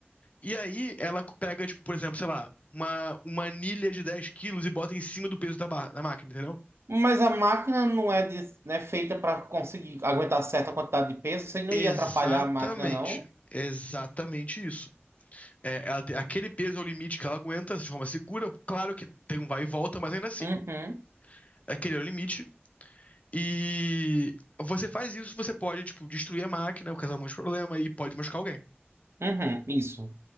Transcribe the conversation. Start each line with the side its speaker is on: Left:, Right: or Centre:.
Left: E aí ela pega, tipo, por exemplo, sei lá, uma, uma anilha de 10 quilos e bota em cima do peso da, barra- da máquina, entendeu?
Right: Mas a máquina não é, de- não é feita pra conseguir aguentar certa quantidade de peso, você não
Left: Exatamente.
Right: ia atrapalhar a máquina, não?
Left: Exatamente isso. É, ela tem- aquele peso é o limite que ela aguenta de forma segura. Claro que tem um vai e volta, mas ainda assim,
Right: Uhum.
Left: aquele é o limite. E você faz isso, você pode, tipo, destruir a máquina, causar um monte de problema e pode machucar alguém.
Right: Uhum, isso.